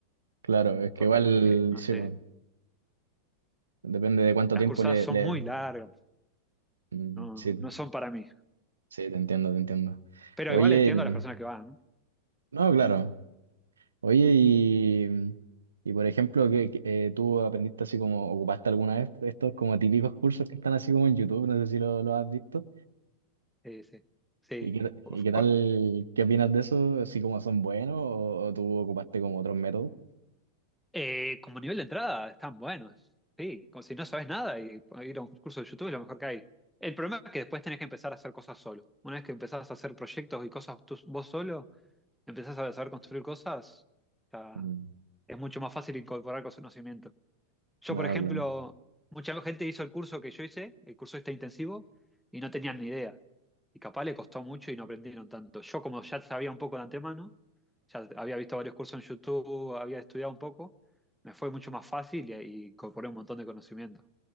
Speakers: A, on the right (about 70°); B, in the centre.
A: Claro, es que
B: porque,
A: igual,
B: eh, no
A: sí,
B: sé,
A: pues, depende de cuánto
B: las
A: tiempo
B: cursadas
A: le...
B: son
A: le-
B: muy largas,
A: mm,
B: no,
A: sí,
B: no son para mí.
A: sí, te entiendo, te entiendo.
B: Pero
A: Oye,
B: igual entiendo a las personas que van, ¿no?
A: no, claro. Oye, y, y por ejemplo, ¿qué- qué- eh, tú aprendiste así como, ocupaste alguna vez estos como típicos cursos que están así como en YouTube? No sé si lo, lo has visto.
B: Sí, sí, sí.
A: ¿Y qué,
B: Uf,
A: y qué tal,
B: co-
A: qué opinas de eso? ¿Así como son buenos o, o tú ocupaste como otros métodos?
B: eh, como nivel de entrada están buenos, sí, como si no sabes nada y ir a un curso de YouTube es lo mejor que hay. El problema es que después tenés que empezar a hacer cosas solo. Una vez que empezás a hacer proyectos y cosas tú- vos solo, empezás a saber construir cosas, ya
A: Mm,
B: es mucho más fácil incorporar conocimiento. Yo,
A: No,
B: por ejemplo,
A: claro.
B: mucha gente hizo el curso que yo hice, el curso este intensivo, y no tenían ni idea. Y capaz le costó mucho y no aprendieron tanto. Yo, como ya sabía un poco de antemano, ya había visto varios cursos en YouTube, había estudiado un poco, me fue mucho más fácil y, y incorporé un montón de conocimiento.